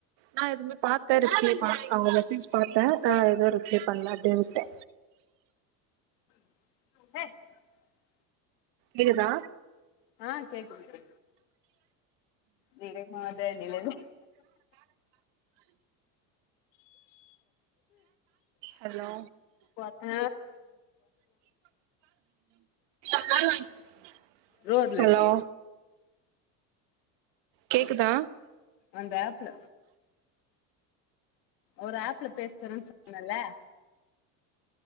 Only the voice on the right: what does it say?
நான் எதுவுமே பாத்தே ரிப்ளே அவங்க மெசேஜ் பாத்தேன்
ஆஹ் அதா ரிப்ளை பண்ணாதன்ட
கேக்குதா
ஹலோ
<unintelligible>
ஹலோ
கேக்குதா